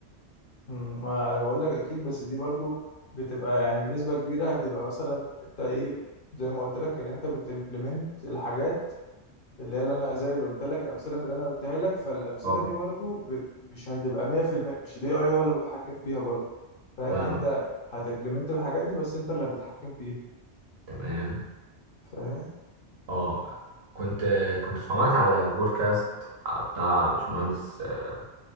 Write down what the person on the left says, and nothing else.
مم. ما انا بقول لك اكيد بس دي برضو بتبقى يعني بنسبه كبيره هتبقى مثلا ان انت ايه زي ما قلت لك ان انت بتمبلمنت الحاجات اللي هي اللي انا زي اللي قلت لك الامثله من اللي انا قلتها لك فالامثله
دي برضو ب- مش هتبقى 100% مش الاي اي هو اللي متحكم فيها برضو فاهم
انت هتمبلمنت الحاجات دي بس انت اللي هتتحكم فيها
فاهم